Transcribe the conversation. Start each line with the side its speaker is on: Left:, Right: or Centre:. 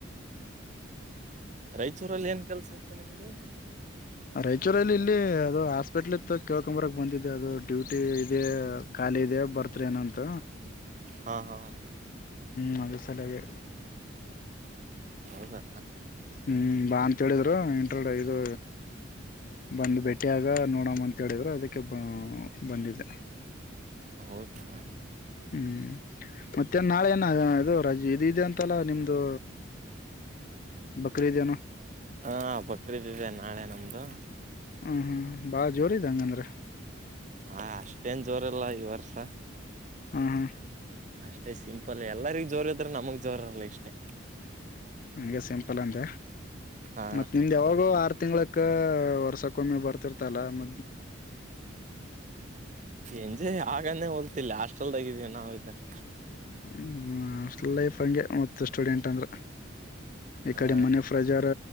Right: ರಾಯಚೂರಲ್ಲಿ ಏನ್ ಕೆಲಸ ಇತ್ತು ನಿಮ್ದು
Left: ರಾಯಚೂರಲ್ಲಿ ಇಲ್ಲಿ ಅದು ಹಾಸ್ಪಿಟ್ಲ್ ಇತ್ತು ಕೇಳ್ಕೊಂಬರ ಬಂದಿದೆ ಅದು ಡ್ಯೂಟಿ ಇದೆ. ಅಲ್ಲ ಇದ ಬರ್ತ್ಡ ನಂತ
Right: ಹಾ ಹಾ ರೈಟ್
Left: ಹ ಅದ ಸಾಲೆಗೆ
Right: ಹೌದಾ
Left: ಹ್ಮ್ ಬಾ ಅಂತ ಹೇಳಿದ್ರು ಇಂಟ್ರ ಐದು ಬಂದು ಭೇಟಿಯಾಗ ನೋಡಮ್ಮ ಅಂತ ಹೇಳಿದ್ರು ಅದಕ್ಕೆ ಬ ಬಂದಿದೆ
Right: ಹೌದಾ
Left: ಹ್ಮ್ ಮತ್ತೆ ನಾಳೆ ಏನ ಅದು ರು ಇದದೆ ಅಂತಲ್ಲ ನಿಮ್ದು ಬಕ್ರೀ ಇದೇನು
Right: ಹಾ ಬಕ್ರೀದ್ ಇದೆ ನಾಳೆ ನಮ್ದು
Left: ಹ್ಮ್ ಹ್ಮ್ ಬಾಳ ಜೋರ ಇದ ಹಂಗಂದ್ರ
Right: ಹಾ ಅಷ್ಟೇನ್ ಜೋರಲ್ಲ ಈ ವರ್ಷ
Left: ಹಾ ಹಾ
Right: ಅಷ್ಟೇ ಸಿಂಪಲ್ ಎಲ್ಲರಿಗ ಜೋರ ಇದ್ರೆ ನಮಗ್ ಜೋರಲ್ಲ ಇಷ್ಟೇ.
Left: ಹಂಗೆ ಸಿಂಪಲ್ ಅಂದ
Right: ಹಾ
Left: ಮತ್ತ್ ನಿಮ್ದ ಯಾವಾಗೋ ಆರ್ತ ಆರ್ ತಿಂಗ್ಗಳಕ್ಕ ವರ್ಷಕ್ಕೊಮ್ಮಿ ಬರ್ತಿರ್ತಲ್ಲ ಮ
Right: ಎಂಜಯ ಆಗಾನೇ ಹೊಲ್ತಿಲ್ಲಿ ಹಾಸ್ಟಲ್ದಾಗಿದೀವಿ ನಾವ ಇದ್ದಾರೆ
Left: ಹ ಹಾಸ್ಟೆಲ್ ಲೈಫ್ ಹಂಗೆ ಮತ್ತ ಸ್ಟೂಡೆಂಟ್ ಅಂದ್ರೆ ಈ
Right: ಹಾ
Left: ಕಡೆ ಮನೆ ಫ್ರೆಜಾರ್